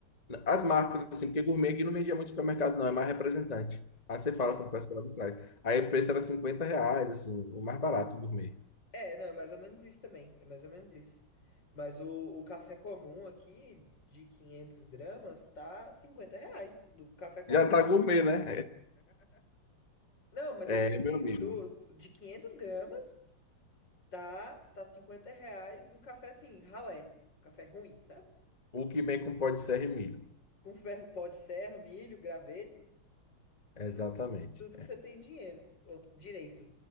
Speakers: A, on the left (about 25°); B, on the left (about 55°).
A: As marcas, assim, porque gourmet aqui não vendia muito supermercado, não, é mais representante. Aí você fala
B: Ah.
A: com o pessoal lá de trás. Aí o preço era 50 reais, assim, o mais barato, o gourmet.
B: É, não, é mais ou menos isso também. É mais ou menos isso. Mas o, o café comum aqui, de 500 gramas, tá 50 reais do café comum.
A: Já tá gourmet, né? <laughs>
B: Não, mas
A: É,
B: eu digo assim,
A: meu amigo.
B: do, de 500 gramas, tá, tá 50 reais do café assim, ralé. Café ruim, sabe?
A: O que vem com pó de serra e milho.
B: Com ferro, pó de serra, milho, graveto,
A: Exatamente.
B: tudo, tudo que você tem dinheiro. ou Direito,